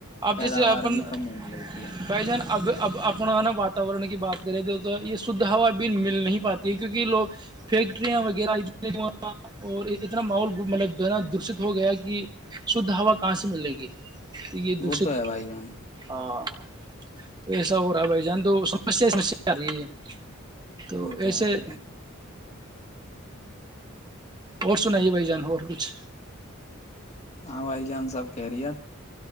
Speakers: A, on the right; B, on the left.
A: اب
B: پیداوار
A: جیسے اپن
B: بھی کم ہو لیتی ہے
A: بھائی جان اب اب اپنا نا واتورن کی بات کریں تو تو یہ شدھ ہوا بھی مل نہیں پاتی ہے کیونکہ لوگ فیکٹریاں وغیرہ اور اتنا ماحول مطلب جو ہے نا دشت ہو گیا کہ شھ ہوا کہاں سے ملے گی تو یہ دشت
B: وہ تو ہے بھائی جان
A: ہاں تو ایسا ہو رہا ہے بھائی جان تو سمسیا ہی سمسیا آ رہی ہے تو
B: وہ
A: ایسے
B: ہے بھائی جان
A: اور سنائیے بھائی جان اور کچھ
B: ہاں بھائی جان سب کہہ رہی ہے